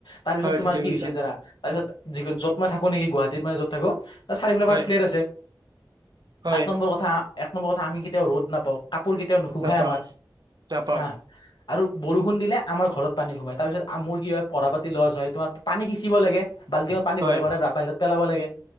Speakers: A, on the left; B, on the right.
A: তাৰ পিছত
B: হয়
A: তোমাৰ
B: ঠিকে
A: কি
B: কৈছা
A: হৈছিল জানা তাৰপিত, যি যত মা থাকো নেকি গুৱাহাটত মানে যত থাকো ত চাৰিেল
B: হয়
A: আাৰ ফ্লেটছে
B: হয়
A: এক নম্বৰ কথা এক নম্বৰ কথা আমি কেতিয়াও ৰ'দ নাপাওঁ কাপোৰ কেতিয়াও নুখোঘায়
B: নাপাওঁ
A: আমাৰ
B: নাপাওঁ
A: হা আৰু বৰষুন দিলে আমাৰ ঘৰত পানী সোমাই তাৰপিছত মোৰ কি হয় পঢ়া পাতি লজ হয় তোমাৰ পানী সিচিব লাগে- বালটিঙত পানী
B: হয়
A: ভৰে ভৰা বাহিৰত পেলাব লাগে